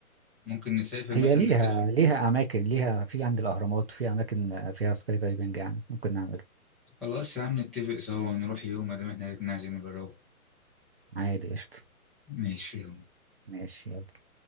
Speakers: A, in the centre; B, on the right.
A: ممكن نسافر
B: هي
A: مثلا
B: ليها
A: نتفق
B: ليها أماكن ليها في عند الأهرامات في أماكن فيها سكاي دايفنج يعني ممكن نعمله
A: خلاص يا عم نتفق سوا نروح يوم ما دام احنا الاتنين عايزين نجربه
B: عادي قشطة
A: ماشي يلا.
B: ماشي يلا